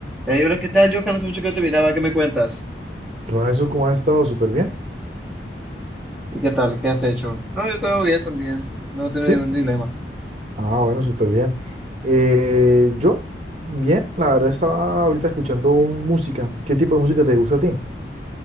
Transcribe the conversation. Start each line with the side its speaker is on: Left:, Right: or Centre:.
Centre: Hey, hola, ¿qué tal, Johan? Hace mucho que no te miraba, ¿qué me cuentas?
Right: Todo eso como ha estado súper bien.
Centre: ¿Y qué tal? ¿Qué has hecho? No, yo todo bien también, no tengo
Right: Sí,
Centre: ningún dilema.
Right: ah, bueno, súper bien. Eh, yo, bien, la verdad estaba ahorita escuchando música. ¿Qué tipo de música te gusta a ti?